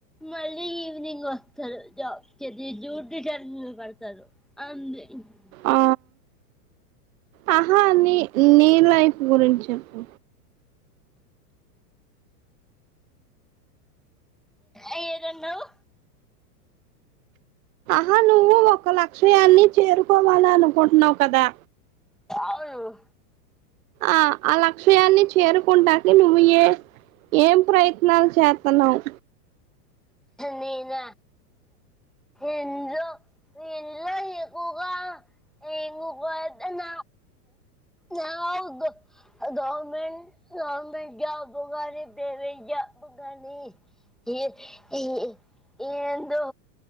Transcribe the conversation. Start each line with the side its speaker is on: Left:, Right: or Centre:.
Centre: మళ్ళీ ఈవినింగ్ వస్తారు జాబ్కిది డ్యూటీ టర్మింగ్ పడతారు, అందు <unintelligible>
Right: ఆ ఆహా నీ నీ లైఫ్ గురించి చెప్పు,
Centre: ఎటంటున్నావు,
Right: ఆ నువ్వు ఒక లక్ష్యాన్ని చేరుకోవాల అనుకుంటున్నావు కదా
Centre: అవును
Right: ఆ ఆ లక్ష్యాన్ని చేరుకుంటాక నువ్వు ఎ ఏం ప్రయత్నాలు చేతన్నావు,
Centre: నేన ఇంట్లో ఇంట్లో ఎక్కువ గా ఇగో పొద్దున్న నాకు గవర్నమెంట్ గవర్నమెంట్ జాబ్ గాని ఏమైదో బుగని ఏ ఏ ఏందో